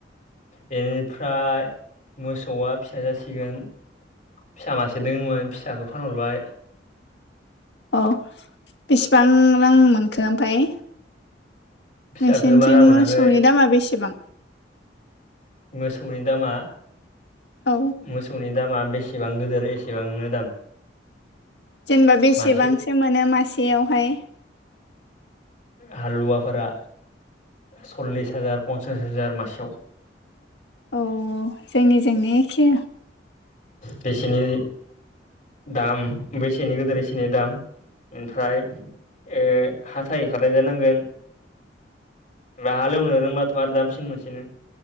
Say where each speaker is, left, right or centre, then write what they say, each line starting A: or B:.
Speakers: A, on the left (about 45°); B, on the left (about 65°).
A: बेनिफ्राय मोसौआ फिसा जासिगोन फिसा मासे दङोममोन फिसखौ फानहरबाय।
B: औ बेसेबां रां मोनखो ओमफ्राय?
A: फिसाखौ
B: नोंसोरनिथिं
A: बारा मोनाखै
B: मोसौनि दामा बेसेबां?
A: मोसौनि दामा?
B: औ
A: मोसौनि दामा बेसेबां गिदिर एसेबांनो दाम।
B: जेनबा बेसेबांसो
A: मासे
B: मोनो मासेयावहाय
A: हालुवाफोरा सल्लिस हाजार पन्सास हाजार मासेयाव
B: औ जोंनिजोंनो एखे
A: बेसेनि दाम बेसेनि गोदेर इसेनि दाम। ओमफ्राय ए हाथै खारनाय जानांगोन। बा हालेवनो रोंबाथ' आरो दामसिन मोनसिनो